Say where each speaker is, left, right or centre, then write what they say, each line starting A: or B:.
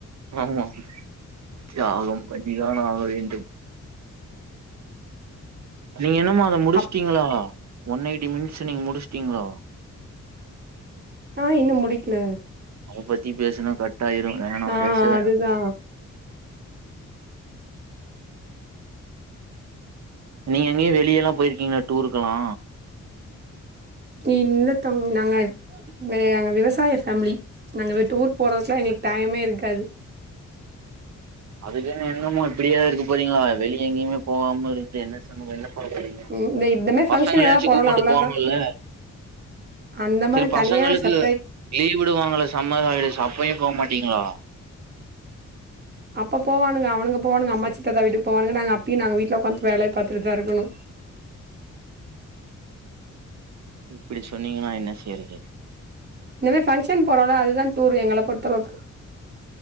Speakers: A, on the right; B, on the right.
A: ஆமா தியாகம் பண்ணி தான் ஆக வேண்டும் நீங்க என்னமா அத முடுச்ட்டீங்ளா
B: அப்
A: ஒன் எயிட்டி மினிட்ஸ்ஸ நீங்க முடுச்டீங்ளா
B: ஆ இன்னு முடிக்கல
A: அத பத்தி பேசுனா கட்டாயிரு வேணா
B: ஆ
A: பேச வேணா
B: அதுதா
A: நீங்க எங்கேயு வெளிய எல்லா போயிருக்கீங்களா டூருக்கல்லா
B: இல்ல தங்கோ நாங்க வே நாங்க விவசாய ஃபேமிலி நாங்க வே டூர் போறதுக்கெல்லா எங்களுக்கு டைமே இருக்காது
A: அதுக்குன்னு என்னமோ இப்புடியா இருக்கு போறீங்களா வெளிய எங்கயுமே போகாம இருந்து என்ன சமூகோ என்ன பழக்குறீங்க
B: ம் இந்த இந்த மாரி ஃபங்க்ஷன்
A: பசங்கலயாச்சு
B: எதாவது போறோல
A: கூப்புட்டு
B: அவ்ளோதா
A: போவாங்கல
B: அந்த
A: செரி
B: மாரி
A: பசங்களுக்கு
B: தனியா செப்ரேட்
A: லீவு விடுவாங்கல்ல சம்மர் ஹாலிடேஸு அப்பையு போ மாட்டீங்களா
B: அப்ப போவானுங்க அவனுங்க போவானுங்க அம்மாச்சி தாத்தா விட்டுக்கு போவானுங்க நாங்க அப்பையு நாங்க வீட்ல உக்காந்து வேலைய பாத்துட்டுதா இருக்கணு
A: இப்டி சொன்னீங்கன்னா என்ன செய்றது
B: இனமே ஃபங்க்ஷன் போறோல்ல அது தா டூரு எங்கள பொறுத்தளவுக்கு